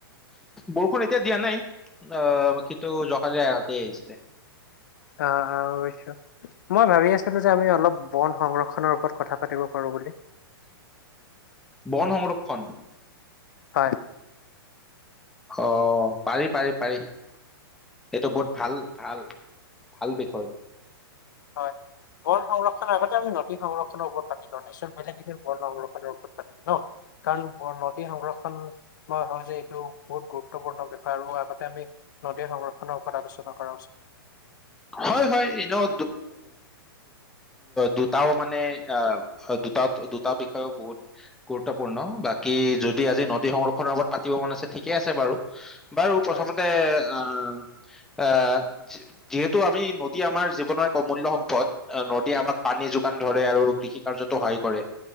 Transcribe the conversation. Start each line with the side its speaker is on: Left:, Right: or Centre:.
Centre: বৰষুণ এতিয়া দিয়া নাই আহ কিন্তু জকালি এৰাতে আহিছিলে
Left: অ অ অৱশ্যয় মই ভাবি আছিলো যে আমি অলপ বন সংৰক্ষনৰৰ ওপৰত কথা পাতিব পাৰো বুলি
Centre: বন সংৰক্ষণ
Left: হয়
Centre: অ পাৰি পাৰি পাৰি এইটো বহুত ভাল ভাল ভাল বিষয়
Left: হয় বল সংৰক্ষণ আগতে আমি নদী সংৰক্ষনৰৰ ওপৰত পাতি ল নিত বেলেগ সেইদিন বল সংৰক্ষনৰৰ ওপৰত পাতিল ন কাৰণ নদী সংৰক্ষণ মই ভ যে এইটো বহুত গুৰুত্বপূৰ্ণ বিষয় আৰু আগতে আমি নদীৰ সংৰক্ষনৰৰ ওপৰত আলোচনা কৰা উচিত
Centre: হয় হয় এনেও দুটাও মানে আহ দুটা দুটা বিষয়েও বহুত গুৰুত্বপূৰ্ণ বাকী যদি আজি নদী সংৰক্ষনৰৰ আত পাতিব মন আছে ঠিকেই আছে বাৰু বাৰু প্ৰথমতে
Left: অ
Centre: অ' অ', যিহেতু টো আমি নদী আমাৰ জীৱনৰ এক অমূল্য সম্পদ নদীয়ে আমাক পানী যোগান ধৰে আৰু কৃষি কাৰ্যতো সহায় কৰে।